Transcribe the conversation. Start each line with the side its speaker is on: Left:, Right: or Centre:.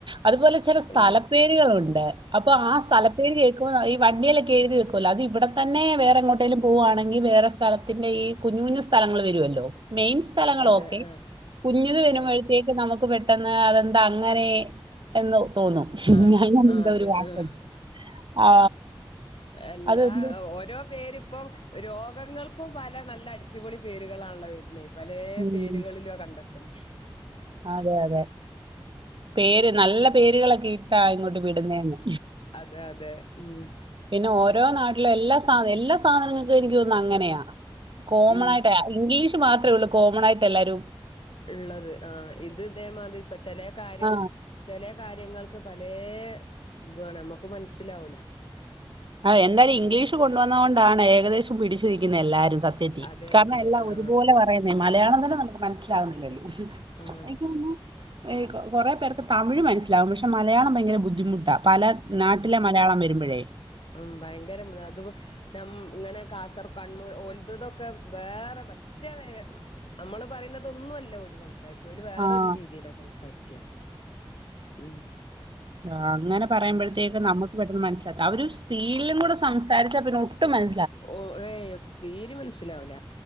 Right: അതുപോലെ ചില സ്ഥലപ്പേര്
Left: ഉം
Right: കുട്ടികളുണ്ട് അപ്പോ ആ സ്ഥല പേര് കേക്കുമ്പോ വണ്ടിലൊക്കെ എഴുതി വെക്കുല്ലോ അത് ഇവിടെ തന്നെ വേറെ എങ്ങോട്ടേലും പോവുവാണെങ്കിൽ വേറെ സ്ഥലത്തിന്റെ ഈ കുഞ്ഞു കുഞ്ഞു സ്ഥലങ്ങൾ വരുല്ലോ മെയിൻ മെയിൻ സ്ഥലങ്ങള്
Left: അതെ
Right: ഒക്കെ
Left: ആഹ്
Right: കുഞ്ഞത് വരുമ്പോഴത്തേക്ക്
Left: ആഹ്
Right: നമുക്ക് പെട്ടെന്ന് അതെന്താ അങ്ങനെ എന്ന് തോന്നും
Left: ആഹ്
Right: ഞ ഞാൻ
Left: ആഹ്
Right: എന്ത
Left: അതെ
Right: ഒരു വാട്ടം
Left: ആഹ്
Right: ആ
Left: എല്ലാ
Right: അത് എന്ത്?
Left: ഓരോ പേരിപ്പം രോഗങ്ങൾക്കും പല നല്ല അടിച്ചുപൊളി പേരുകളാണല്ലോ വരുന്നത് പലേ
Right: ഉം
Left: പേരുകളിലും കണ്ടെ <unintelligible>
Right: അതെ അതെ പേര് നല്ല പേരുകളൊക്കെ ഇട്ടാ ഇങ്ങോട്ട് വിടുന്നേ ന്ന്
Left: അതെ അതെ ഉം
Right: പിന്നെ ഓരോ നാട്ടിലും എല്ലാ സാധ എല്ലാ സാധനങ്ങൾക്കും എനിക്ക് തോന്നുന്നു അങ്ങനെയാ കോമൺ
Left: ഉം
Right: ആയിട്ട ഇംഗ്ലീഷ് മാത്രമേ ഉള്ളൂ കോമൺ ആയിട്ട് എല്ലാരും
Left: ഇള്ളത് ആ ഇത് ഇതെ മാതിരി ഇപ്പ ചില കാര്യങ്ങ
Right: ആ
Left: ചെലേ കാര്യങ്ങൾക്ക് പല ഇതുആണ് നമ്മുക്ക് മനസ്സിലാവൂല
Right: ആ എന്തായാലും ഇംഗ്ലീഷ് കൊണ്ടുവന്നത് കൊണ്ടാണ് ഏകദേശം പിടിച്ചിരിക്കുന്ന എല്ലാവാരും സത്യ <unintelligible>
Left: അതെ
Right: കാരണം
Left: അതെ
Right: എല്ലാം
Left: ആഹ്
Right: ഒരുപോലെ വര പറയന്നെ മലയാളം തന്നെ നമുക്ക് മനസ്സിലാവുന്നില്ലല്ലോ എനിക്ക്
Left: ആഹ്
Right: തോന്നുന്നെ കുറെ പേർക്ക് തമിഴ് മനസ്സിലാവും പക്ഷെ മലയാളം ഭയങ്കര ബുദ്ധിമുട്ടാ പല നാട്ടിലെ
Left: ഉം
Right: മലയാളം വരുമ്പോഴേ
Left: ഉം ഭയങ്കരം അത് നമ്മ ഇങ്ങനെ കാസർ കണ്ണൂർ ഒലുതതൊക്കെ വേറെ മറ്റേ വേ നമ്മള് പറയുന്നതൊന്നുല്ല ഓല് സംസാരി സംസാരിക്ക ഓല് വേറൊരു
Right: ആഹ്
Left: രീതിയിലാ സംസാരിക്യാ ഉം
Right: ആ അങ്ങനെ പറയുമ്പോഴത്തേക്ക് നമ്മുക്ക് പെട്ടെന്ന് മനസ്സിലാക്ക അവര് ഒരു സ്പീഡിലും കൂടെ സംസാരിച്ചാ പിന്നെ ഒട്ടും മന
Left: ഓ ഏയ് തീരിം മനസ്സിലാവൂല്ല